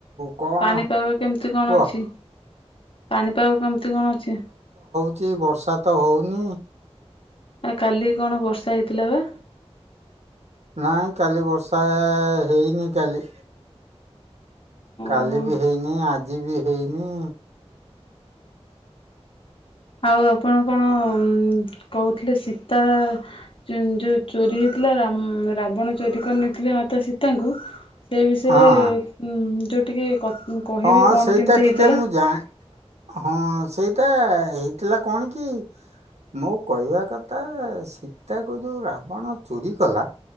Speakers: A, on the right (about 80°); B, on the left (about 55°).
A: କଣ
B: ପାଣିପାଗ କେମିତି କଣ
A: କୁହ
B: ଅଛି, ପାଣିପାଗ କେମିତି କଣ ଅଛି?
A: କିଛି ବର୍ଷା ତ ହଉନି।
B: ଆ କାଲି କଣ ବର୍ଷା ହେଇଥିଲା ବା?
A: ନାଇଁ କାଲି ବର୍ଷା ହେଇନି କାଲି। କାଲି
B: ଓହୋ
A: ବି ହେଇନି ଆଜି ଯିବି ହେଇନି।
B: ଆଉ ଆ ଆପଣ କଣ? କହୁଥିଲେ ସୀତା ଯୋଉ ଚୋରି ହେଇଥିଲା ରାବଣ ଚୋରି କରିନେଇଥିଲେ ମାତା ସୀତାଙ୍କୁ ସେ ବିଷୟରେ
A: ହଁ
B: ଯଉ ଟିକି କ କହିବେ
A: ହଁ
B: କଣ
A: ସେଇଟା
B: କେମିତି
A: ଟିକେ
B: ହେଇଥିଲା
A: ମୁଁ ଜାଏ ହଁ। ସେଇଟା ହେଇଥିଲା କଣ କି ମୋ କହିବା କଥା ସୀତାକୁ ଯୋଉ ରାବଣ ଚୋରି କଲା।